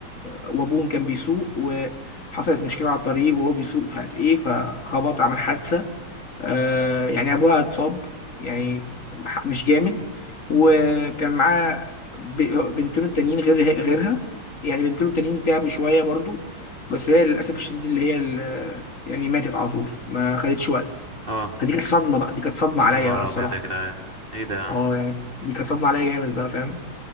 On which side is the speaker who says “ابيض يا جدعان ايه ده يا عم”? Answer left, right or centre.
Right